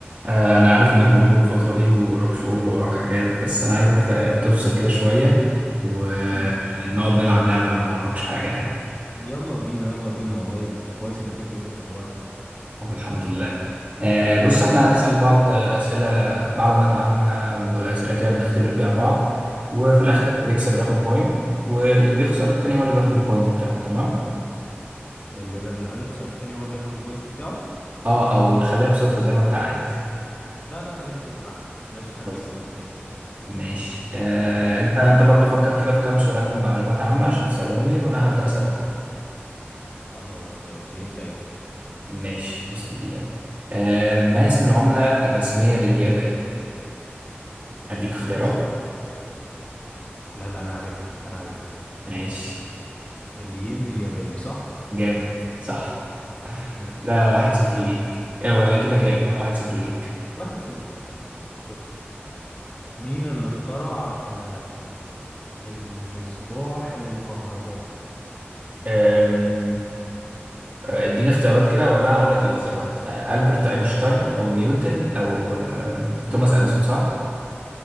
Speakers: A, on the right; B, on the left.
A: آه، أنا عارف إنك مشغول الفترة دي ووراك شغل ووراك حاجات بس أنا عايزك ت- تفصل كده شوية ونقعد
B: مم.
A: نلعب لعبة لو ما وراكش حاجة يعني
B: يلا بينا يلا بينا والله انت كويس انك انت جيت لي في الوقت ده
A: طب الحمد لله آه، بص إحنا هنسأل بعض آه، أسئلة معلومات عامة وأسئلة كده بنختبر بيها بعض وفي الآخر
B: مم.
A: اللي بيكسب بياخد بوينت واللي بيخسر التاني هو اللي بياخد البوينت بتاعه تمام؟
B: اللي بقى اللي هيخسر التاني هو اللي هياخد البوينت بتاعه
A: أه أو نخليها بصفر زي ما أنت عايز
B: لا لا خليها صفر احسن بلاش حد
A: بس
B: ياخد من التاني
A: ماشي آه،
B: يلا
A: أنت أنت برضو فكر كده في كام سؤال معلومات عامة عشان تسألهم لي وأنا هبدأ أسألك
B: خلاص ماشي ابدأ انت
A: ماشي بسم الله آه ما اسم العملة الرسمية لليابان أديك اختيارات
B: اسمع لا لا انا عارفها انا عارفها
A: ماشي
B: الين الياباني صح
A: جامد صح
B: ماشي
A: لا واحد صفر ليك إيه ولا كده
B: مم.
A: كام اه واحد صفر ليك
B: واحد صفر اه بص مين اللي اخترع آه المصباح الكهربائي
A: آم، آه، اديني اختيارات كده ولا أقول لك الاختيارات آه ألبرت أينشتاين أو نيوتن أو آم، توماس أديسون صح؟